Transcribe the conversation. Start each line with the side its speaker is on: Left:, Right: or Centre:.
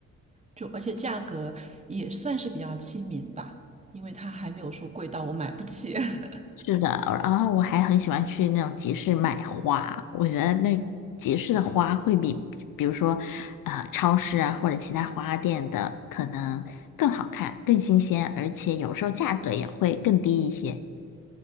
Right: 就而且价格也算是比较亲民吧，因为它还没有说贵到我买不起。<laughs>
Left: 是的，然后我还很喜欢去那种集市买花，我觉得那集市的花会比，比如说，呃，超市啊或者其他花店的可能更好看、更新鲜，而且有时候价格也会更低一些。